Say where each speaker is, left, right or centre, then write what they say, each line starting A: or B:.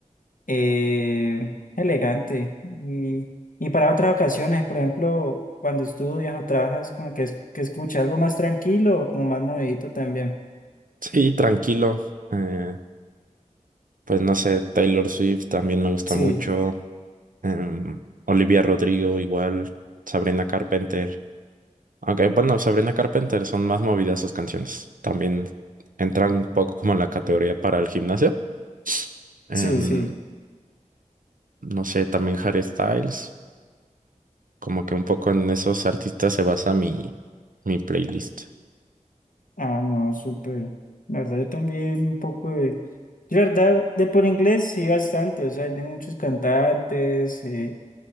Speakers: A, on the left; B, on the right.
A: eh, elegante. Y, y para otras ocasiones, por ejemplo, cuando estudias o trabajas, como que, es- que escucha algo más tranquilo o como más movidito también.
B: Sí, tranquilo. Eh, pues no sé, Taylor Swift también me gusta
A: Sí,
B: mucho. em, Olivia Rodrigo igual. Sabrina Carpenter. Aunque bueno, Sabrina Carpenter son más movidas sus canciones. También entran un poco como en la categoría para el gimnasio. Em,
A: sí, sí.
B: no sé, también Harry Styles. Como que un poco en esos artistas se basa mi, mi playlist.
A: Ah, no, súper. La verdad, yo también un poco de... Yo, la verdad, de por inglés sí bastante, o sea, hay de muchos cantantes, eh,